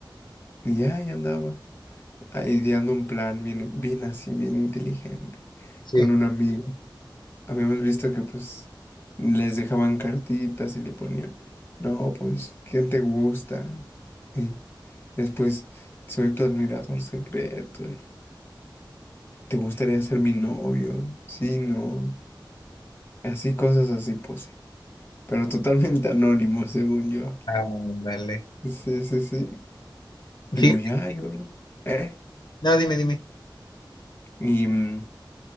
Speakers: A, on the left (about 25°); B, on the left (about 60°).
A: y ya ahí andaba, ideando un plan bien, bien así, bien inteligente,
B: sí.
A: con un amigo. habíamos visto que pues les dejaban cartitas y le ponían, no, pues, ¿quién te gusta? Y después, soy tu admirador secreto. y, ¿Te gustaría ser mi novio? Sí, no. Así cosas así puse. Pero totalmente <laughs> anónimo, según yo.
B: Ándale.
A: Sí, sí, sí. Y
B: Fíjate.
A: voy ya, yo, ¿eh?
B: No, dime, dime.
A: Y mm,